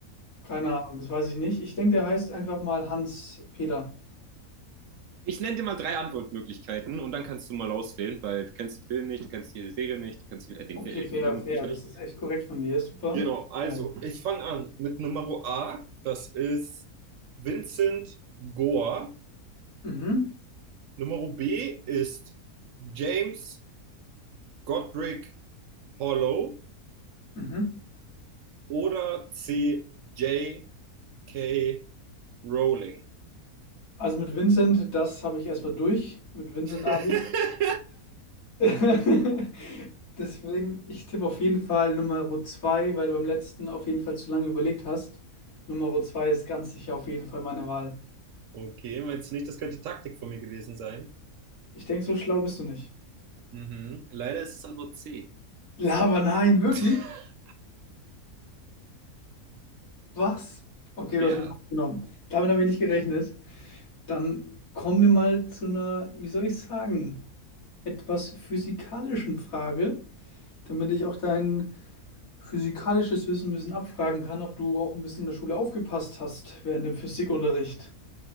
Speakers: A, on the left; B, on the right.
A: Keine Ahnung, das weiß ich nicht. Ich denke, der heißt einfach mal Hans Peter.
B: Ich nenne dir mal drei Antwortmöglichkeiten und dann kannst du mal auswählen, weil du kennst den Film nicht, du kennst die Serie nicht, du kennst äh, den,
A: Okay,
B: äh,
A: fair,
B: den Film
A: fair.
B: und die Bücher
A: Das
B: nicht.
A: ist echt korrekt von dir. Super.
B: Genau, also
A: Ja.
B: ich fange an mit Nummer A, das ist Vincent Gore.
A: Mhm,
B: Nummer B ist James Godric Hollow
A: mhm.
B: oder C. J. K. Rowling?
A: Also mit Vincent, das habe ich erstmal durch. Mit Vincent Abi.
B: <laughs>
A: <laughs> Deswegen, ich tippe auf jeden Fall Nummer 2, weil du beim letzten auf jeden Fall zu lange überlegt hast. Nummer 2 ist ganz sicher auf jeden Fall meine Wahl.
B: okay, meinst du nicht, das könnte Taktik von mir gewesen sein?
A: Ich denke, so schlau bist du nicht.
B: Mhm. Leider ist es Antwort C.
A: Lava, nein, wirklich?
B: <laughs>
A: Was? Okay,
B: Ja.
A: du hast mich genommen. Damit habe ich nicht gerechnet. Dann kommen wir mal zu einer, wie soll ich sagen, etwas physikalischen Frage, damit ich auch dein physikalisches Wissen ein bisschen abfragen kann, ob du auch ein bisschen in der Schule aufgepasst hast während dem Physikunterricht.